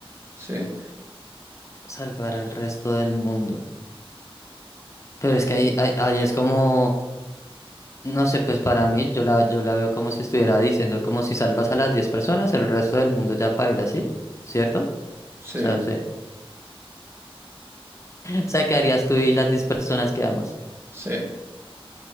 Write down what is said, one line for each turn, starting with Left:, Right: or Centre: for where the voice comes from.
Right: Sí,
Left: Salvar al resto del mundo. Pero es que ahí, ahí, ahí es como, no sé, pues para mí yo la, yo la veo como si estuviera diciendo como si salvas a las 10 personas, el resto del mundo ya paila, ¿sí? ¿Cierto?
Right: sí,
Left: O sea, se- <laughs> o sea, ¿qué harías tú y las 10 personas que amas?
Right: sí.